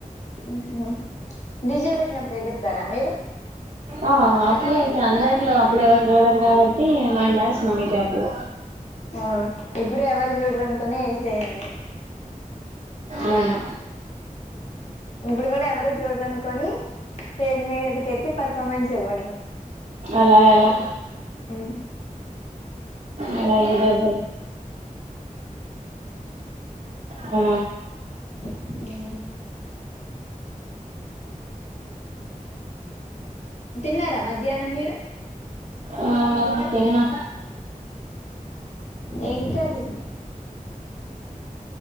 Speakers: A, on the left (about 50°); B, on the right (about 60°).
A: ఉంహు డీజె పెట్టినప్పుడు ఎగురతారా మీరు
B: ఆ అప్పుడు ఒకే అందరిలో అప్పుడు ఎవరుచూడరు కాబట్టి మన డాన్స్ మన కి అప్పుడు
A: ఆ ఇప్పుడు ఎవరు చూడరునుకొని వేసేయండి
B: అవునా
A: ఇప్పుడు కూడా ఎవరు చూడరు అనుకోని స్టేజ్ మీదకి ఎక్కి పర్ఫార్మెన్స్ ఇవ్వండి.
B: అలా ఎలా
A: అవు
B: అలా ఇవద్దు ఆ
A: ఆ తిన్నారా మధ్యాహ్నం మీరు
B: ఆ తిన్నా
A: ఏం కర్రి